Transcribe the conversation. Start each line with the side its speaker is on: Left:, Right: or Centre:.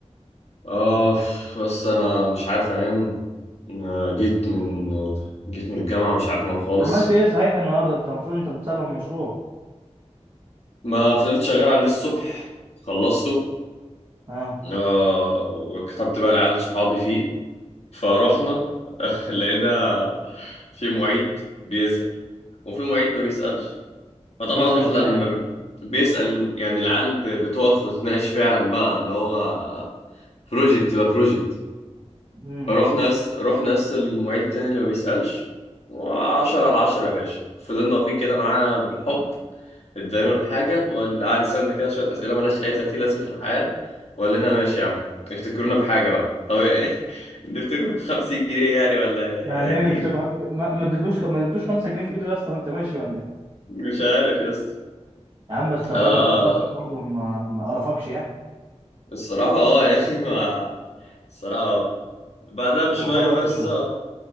Left: اه بس انا مش عارف انام أنا جيت من جيت من الجامعه مش عارف انام خالص
Right: عملت ايه صحيح النهارده انت المفروض انت بتسلم المشروع
Left: ما فضلت شغال عليه الصبح خلصته
Right: اه
Left: آه وكتبت بقى لعيال صحابي فيه فرحنا <laughs> لقينا في معيد بيسأل وفي معيد ما بيسألش فطبعا
Right: بيسأل
Left: رحنا
Right: ازاي
Left: اللي
Right: يعني
Left: ما بي- بيسأل يعني العيال ب- بتقف وتناقش فعلا بقى اللي هو بروجكت ده بروجكت
Right: امم
Left: رحنا ناس رحنا ناس المعيد التاني اللي ما بيسألش وعشرة على عشرة يا باشا فضلنا واقفين كده معانا بالحب ادانا الحاجة هو اللي قعد يسألنا كده شوية أسئلة مالهاش أي 30 لازم في الحياة وقال لنا ماشي يا عم افتكرونا بحاجة بقى طب إيه؟ <laughs> نفتكر بخمسين جنيه يعني ولا يعني
Right: يعني ايه نفتكر
Left: ايه
Right: ما ما اديتوش ما اديتوش 5 جنيه في ايده يا اسطى وانت ماشي ولا ايه
Left: مش عارف يا اسطى
Right: يا عم بس الراجل
Left: اه
Right: انقذك برضه ما ما قرفكش يعني
Left: الصراحة اه يعني <laughs> ما الصراحة اه بعدها بشوية
Right: هو خلص
Left: بقى
Right: الشغل
Left: لسه